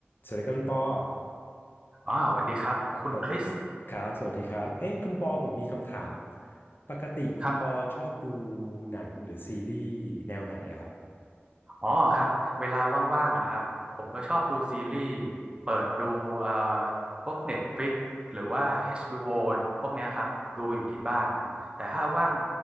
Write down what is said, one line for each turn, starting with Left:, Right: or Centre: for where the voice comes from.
Left: สวัสดีครับคุณปอ
Right: อ๋อสวัสดีครับ คุณคริส
Left: เอ่อครับสวัสดีครับเอ๊ะคุณปอผมมีคำถามปกติคุณปอชอบดู
Right: ครับ
Left: หนังหรือซีรีส์แนวไหนอะครับ
Right: อ๋อครับ เวลาว่างๆอะครับผมก็ชอบดูซีรีส์เปิดดูเอ่อพวก Netflix หรือว่า HBO พวกเนี้ยครับ ดูอยู่ที่บ้าน แต่ถ้าว่าง